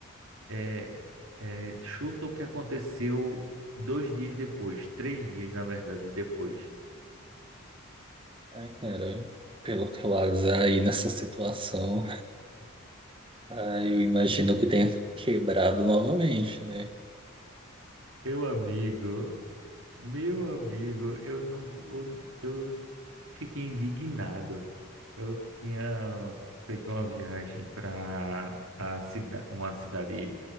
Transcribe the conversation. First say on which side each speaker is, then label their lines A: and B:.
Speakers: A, on the right; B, on the right.
A: é, é, chuta o que aconteceu dois dias depois, três dias, na verdade, depois.
B: Ai, cara, pelo teu azar aí nessa situação, ai, eu imagino que tenha quebrado novamente, né?
A: Meu amigo, meu amigo, eu não, vou- eu, fiquei indignado. Eu tinha feito uma viagem para a cidade, uma cidade